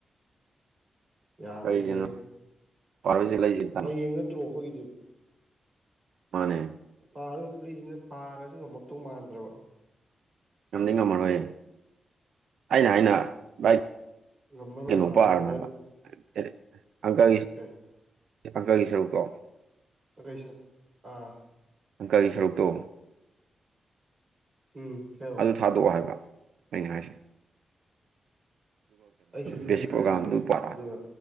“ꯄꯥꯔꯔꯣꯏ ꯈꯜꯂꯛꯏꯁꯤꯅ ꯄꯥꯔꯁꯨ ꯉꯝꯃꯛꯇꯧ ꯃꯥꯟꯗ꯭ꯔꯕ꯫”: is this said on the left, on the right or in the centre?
Right